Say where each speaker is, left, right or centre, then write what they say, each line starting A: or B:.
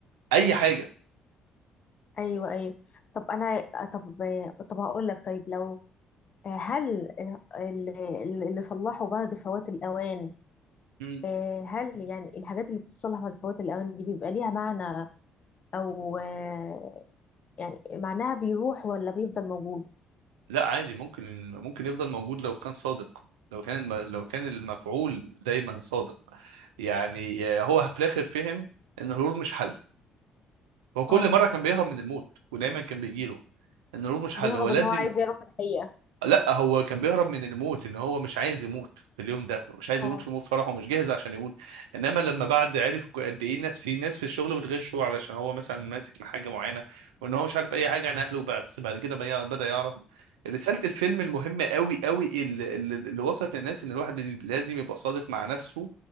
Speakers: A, on the right (about 70°); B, on the left (about 40°).
A: اي حاجه
B: ايوه ايوه طب انا طب طب هقول لك طيب لو هل ال- ال- اللي صلحوا بعد فوات الاوان
A: مم.
B: آه، هل يعني الحاجات اللي بتصلح بعد فوات الأوان دي بيبقى ليها معنى او آه، يعني معناها بيروح ولا بيفضل موجود
A: لا عادي ممكن ممكن يفضل موجود لو كان صادق لو كان الم... لو كان المفعول دايما صادق يعني آه، هو في الاخر فهم ان الهروب مش حل هو كل
B: اه
A: مره كان بيهرب من الموت ودايما كان بيجيله ان الهروب مش حل
B: بيهرب
A: هو لازم
B: ان ان هو هو عايز عايز يعرف يعرف الحقيقة
A: لا هو كان بيهرب من الموت ان هو مش عايز يموت في اليوم ده مش عايز
B: اه
A: يموت في موت فرحه ومش جاهز عشان يموت انما لما بعد عرف ك- قد ايه الناس في ناس في الشغل بتغشه علشان هو مثلا ماسك لحاجه معينه وان هو مش عارف اي حاجه عن اهله بس بعد كده بي- بدا يعرف رساله الفيلم المهمه قوي قوي اللي, اللي اللي وصلت للناس ان الواحد لازم لازم يبقى صادق مع نفسه